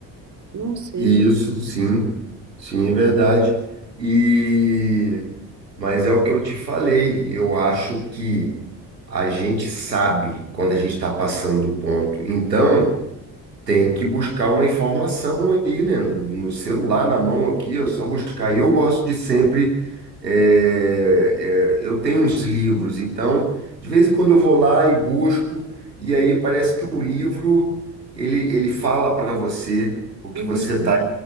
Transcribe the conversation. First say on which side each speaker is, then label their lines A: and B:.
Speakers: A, on the right (about 35°); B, on the right (about 85°).
A: Não sei.
B: Isso, sim, sim, é verdade. E mas é o que eu te falei. Eu acho que a gente sabe quando a gente está passando do ponto. Então tem que buscar uma informação aí, né? No no celular, na mão aqui, é só buscar. E Eu gosto de sempre. é, é, eu tenho uns livros, então, de vez em quando eu vou lá e busco, e aí parece que o livro ele, ele fala para você o que
A: Uhum.
B: você está